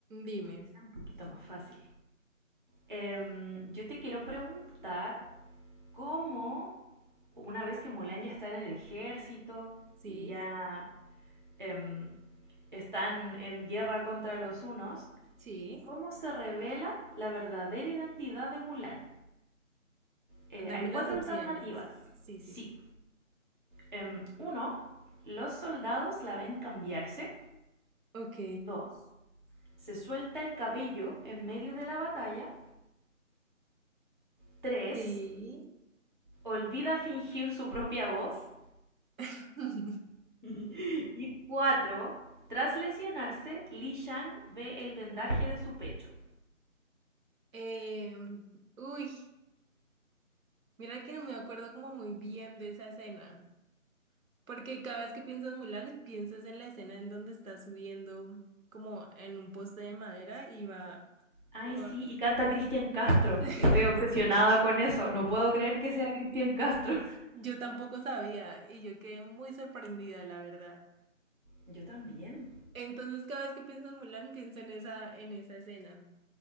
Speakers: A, on the right (about 80°); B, on the right (about 40°).
A: Dime.
B: y que sea un poquito más fácil. Em, yo te quiero preguntar cómo, una vez que Mulan ya está en el ejército
A: Sí,
B: y ya em, están en guerra contra los unos,
A: sí.
B: ¿Cómo se revela la verdadera identidad de Mulan? Eh,
A: Dame
B: hay cuatro
A: las opciones.
B: alternativas.
A: Sí, sí,
B: Sí.
A: sí.
B: Em, uno, los soldados la ven cambiarse.
A: Ok,
B: Dos, se suelta el cabello en medio de la batalla. Tres,
A: sí.
B: olvida fingir su propia voz.
A: <laughs>
B: <laughs> y cuatro, tras lesionarse, Li Shang ve el vendaje de su pecho.
A: Eh, uy, mira que no me acuerdo como muy bien de esa escena. Porque cada vez que piensas en Mulan, piensas en la escena en donde está subiendo como en un poste de madera y va
B: Ay,
A: por...
B: sí, y canta Cristian Castro.
A: <laughs>
B: Estoy obsesionada
A: Sí,
B: con eso. No puedo creer que sea Cristian Castro.
A: yo tampoco sabía y yo quedé muy sorprendida, la verdad.
B: <laughs> Yo también.
A: Entonces cada vez que pienso en Mulan, pienso en esa, en esa escena.